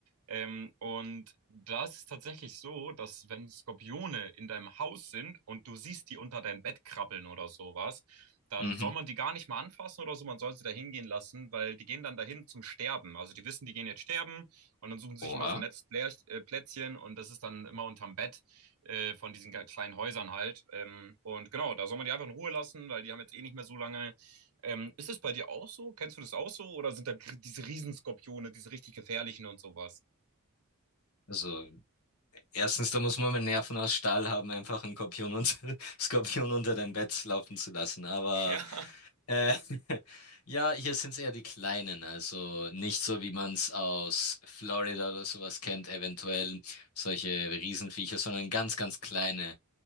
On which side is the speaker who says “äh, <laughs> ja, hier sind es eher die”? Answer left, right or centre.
Left